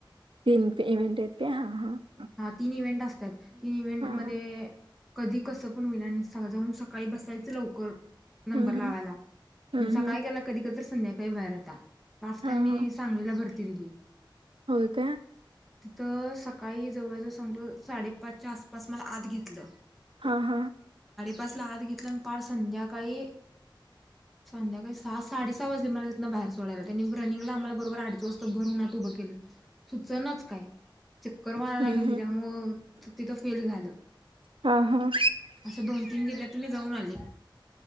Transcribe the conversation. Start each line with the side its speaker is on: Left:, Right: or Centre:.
Right: तीन पे इव्हेंट आहेत काय हा हा.
Centre: हा तीन इव्हेंट असत्यात. तीन इव्हेंट
Right: हां
Centre: मध्ये
Right: हां.
Centre: कधी कसं पण होईन आणि सहाला जाऊन सकाळी बसायच लवकर नंबर
Right: हं
Centre: लावायला
Right: हं. हं
Centre: न सकाळी
Right: हं.
Centre: गेलं कधी कधी तर संध्याकाळी बाहेर येता. लास्ट
Right: हां
Centre: टाइम मी
Right: हां.
Centre: सांगलीला भर ती दिली.
Right: होय काय.
Centre: तिथं सकाळीच. जवळ-जवळ सम साडेपाचच्या आसपास मला आत घेतलं.
Right: हा, हा.
Centre: पासला हात घेतल आणि पार संध्याकाळी-संध्याकाळी सहा साडे सहा वाजले मला तिथंन बाहेर सोडायला, त्यांनी रनिंगला आम्हाला बरोबर अडीच वाजता भर उन्हात उभं केलं. सुचनाच काय चक्कर.
Right: हम्म,
Centre: गेली
Right: हम्म,
Centre: त्यामुळं तिथं फेल झालं
Right: हा, हा
Centre: असं दोन तीन जिल्ह्यात मी जाऊन आले